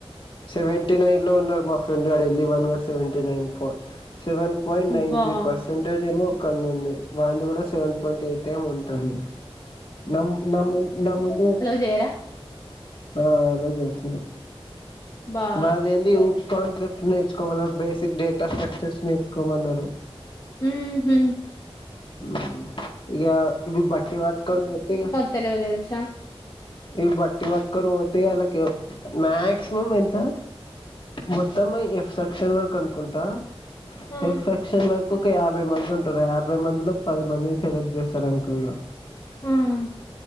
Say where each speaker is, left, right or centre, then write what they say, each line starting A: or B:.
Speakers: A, on the left; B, on the left.
A: సెవెంటీ నైన్ లో ఉన్నాడు మా ఫ్రెండ్ గాడేళ్ళి వన్ నాట్ సెవెంటీ నైన్ పా సెవెన్ పాయింట్
B: అబ్బా
A: నైన్ త్రీ పర్సెంటేజ్ ఏమో ఒకన్దుంది వాంది గూడ సెవెన్ పాయింట్ ఎయిట్ ఏం ఉంటది నమ్ నము నముందే
B: జేయరా
A: ఆ అలా చేస్తున్న
B: బా
A: మాదేంది ఉ కాన్సెప్ట్స్ నేర్చుకోమన్నరు బేసిక్ డేటా స్ట్రక్చర్స్ నేర్చుకోమన్నరు
B: ఉమ్ హు
A: ఉమ్ ఇగా ఇవి బట్టి బట్టుకొని పోతే ఇగ
B: తెల్వదు తెలుసా
A: ఇవి బట్టి బట్టుకొని పోతే వాళ్ళకి మాక్సిమం ఎంత మొత్తమయి ఎఫ్ సెక్షన్ వరకు అనుకుంటా
B: ఆ
A: ఎఫ్ సెక్ క్షన్ వర్కొక యాభై మంది ఉంటరు ఆ యాభై మందిలో పది మందిని సెలెక్ట్ చేస్తరనుకో ఇగ
B: ఉమ్ హ్